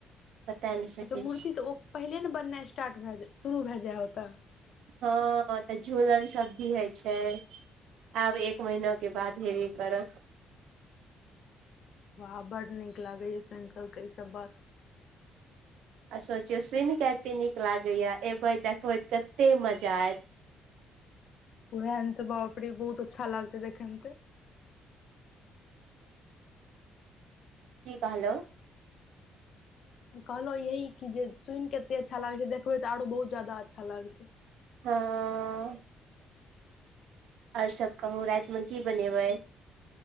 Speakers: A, on the right; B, on the left.
A: बता नहि सकै
B: अच्छा मूर्ति
A: छी
B: तऽ ओ, पहिले न बननाइ स्टार्ट भए, शुरू भए जाय ओतऽ?
A: हँ तऽ झूलन सब भी होइ छै। आब एक महिना के बाद हेबे करत।
B: बाह बड नीक लागे या सुनि सबके ई सब बात
A: आ सोचियो, सुन के एते नीक लागे या, एबे देखबे कत्ते मजा आयत!
B: ओहेत अंत बाप रे, बहुत अच्छा लागतै देखन्ते।
A: की कहलहु?
B: कहलहुँ यही कि जे सुनि कऽ एतेक अच्छा लागै छै देखबै तऽ आरो बहुत जादा अच्छा लागतै।
A: हँ आओर सब कहू, राइत म की बनेबै?